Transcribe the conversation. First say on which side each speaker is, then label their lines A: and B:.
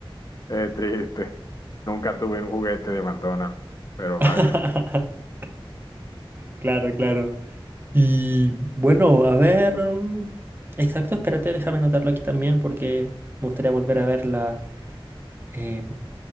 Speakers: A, on the left; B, on the right.
A: Es triste. Nunca tuve un juguete de McDonald's, pero
B: <laughs>
A: vaya.
B: Claro, claro. Y bueno, a ver. mm, Exacto, espérate, déjame anotarlo aquí también porque me gustaría volver a ver la, eh,